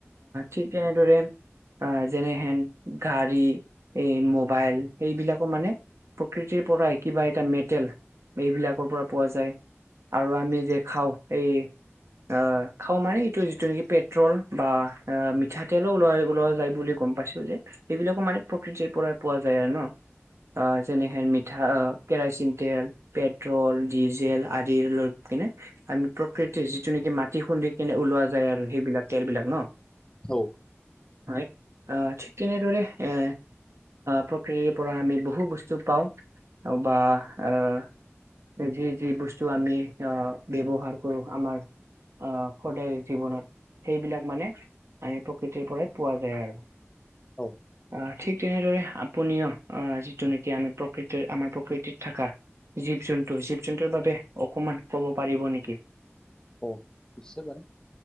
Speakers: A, on the right; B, on the left.
A: ঠিক সেইদৰে - অ যেনেহেন গাড়ী এই মোবাইল সেইবিলাকো মানে- প্ৰকৃতিৰ পৰাই কিবা এটা মেটেল এইবিলাকৰ পৰা পোৱা যায়। আৰু আমি যে খাওঁ এই অ খাওঁ মানে এইটো যিটো নেকি পেট্ৰল বা অ মিঠাতেলো, ওলাই ওলোৱা যায় বুলি গম পাইছো যে এইবিলাকো মানিক প্ৰকৃতিৰ পৰাই পোৱা যায় আৰু ন। যেনেহে মিঠা কেৰচিন, তেল পেট্ৰল ডিজেল আদিৰ লৈ কিনে আমি প্ৰকৃতিৰ যিটো নেকি মাটি খুন্দি কেনে ওলোৱা যায় আৰু সেইবিলাক তেল বিলাক ন।
B: হৌ
A: হয় অ ঠিক তেনেদৰে এ প্ৰক্ৰতিৰ পৰা আমি বহু বস্তু পাওঁ, বা আহ যি যি বস্তু আমি আহ ব্যৱহাৰ কৰো। আমাৰ আহ সদায় জীৱনত সেইবিলাক মানে আমি প্ৰকৃতিৰ পৰা পোৱা যায় আৰু।
B: হৌ
A: আহ ঠিক তেনেদৰে আপুনিও আহ যিটো নেকি আমি প্ৰকৃতি আমাৰ প্ৰকৃতিত থকা জীৱ জন্তু জীৱ জন্তুৰ বাবে অকমান কব পাৰিব নেকি?
B: অঁ নি্চ বানে <unintelligible>